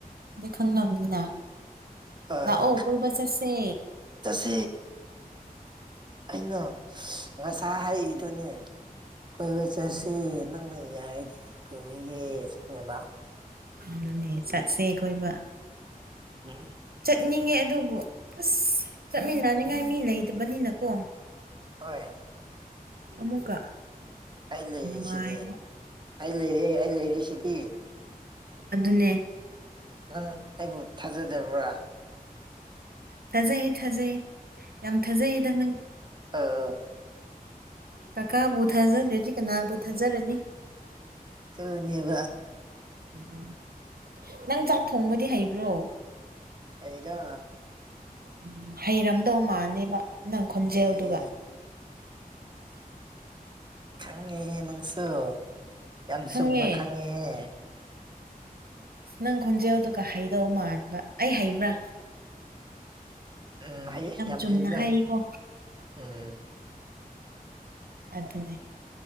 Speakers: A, on the right (about 75°); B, on the right (about 30°).
A: ꯑꯗꯩ ꯈꯪꯕꯅꯤꯅ
B: ꯍꯣꯏ
A: ꯂꯥꯛꯑꯣ ꯀꯣꯏꯕ ꯆ ꯆꯁꯦ
B: ꯁ ꯑꯩꯅ ꯉꯁꯥ ꯍꯥꯏꯔꯤꯗꯨꯅꯤ ꯀꯣꯏꯕ ꯆꯠꯁꯤ
A: ꯎꯝ
B: ꯅꯪꯅ ꯌꯥꯔꯗꯤ ꯄꯨꯕꯤꯒꯦ ꯁꯤꯅꯦꯕ
A: ꯑꯗꯨꯅꯦ ꯆꯠꯁꯦ ꯀꯣꯏꯕ
B: ꯎꯝ
A: ꯆꯠꯅꯤꯡꯉꯦ ꯑꯗꯨꯕꯨ ꯑꯁ ꯆꯠꯃꯤꯟꯅꯅꯤꯉꯥꯏ ꯃꯤ ꯂꯩꯇꯕꯅꯤꯅꯀꯣ
B: ꯍꯣꯏ
A: ꯑꯃꯨꯛꯀ
B: ꯑꯩ ꯂꯩꯔꯦ
A: ꯅꯨꯡꯉꯥꯏ
B: ꯁꯤꯗꯤ ꯑꯩ ꯂꯩꯔꯦ ꯑꯩ ꯂꯩꯔꯦ ꯁꯤꯗꯤ
A: ꯑꯗꯨꯅꯦ
B: ꯅꯪ ꯑꯩꯕꯨ ꯊꯥꯖꯗꯕ꯭ꯔꯥ
A: ꯊꯥꯖꯩ ꯊꯥꯖꯩ ꯌꯥꯝ ꯊꯥꯖꯩꯌꯦꯗ ꯅꯪ
B: ꯑꯥ
A: ꯀꯀꯥꯕꯨ ꯊꯥꯖꯗ꯭ꯔꯗꯤ ꯀꯅꯥꯕꯨ ꯊꯥꯖꯔꯅꯤ
B: ꯑꯗꯨꯅꯦꯕ
A: ꯎꯝ ꯎ ꯅꯪ ꯆꯥꯛ ꯊꯣꯡꯕꯗꯤ ꯍꯩꯕ꯭ꯔꯣ
B: ꯑꯩꯗ
A: ꯎꯝ ꯍꯩꯔꯝꯗꯧ ꯃꯥꯜꯅꯦꯕ ꯅꯪ ꯈꯣꯟꯖꯦꯜꯗꯨꯒ
B: ꯑꯩ ꯈꯪꯉꯤꯍꯦ ꯅꯪꯁꯨ ꯌꯥꯝ
A: ꯈꯪꯉꯦ
B: ꯆꯨꯝꯅ ꯈꯪꯉꯤꯍꯦ
A: ꯅꯪ ꯈꯣꯟꯖꯦꯜꯗꯨꯒ ꯍꯩꯗꯧ ꯃꯥꯟꯕ ꯑꯩ ꯍꯩꯕ꯭ꯔꯥ
B: ꯎꯝ ꯍꯩꯌꯦ ꯌꯥꯝ
A: ꯆꯨꯝꯅ
B: ꯍꯩꯕꯖꯥꯅꯤ
A: ꯍꯥꯏꯀꯣ
B: ꯎꯝ
A: ꯑꯗꯨꯗꯅꯦ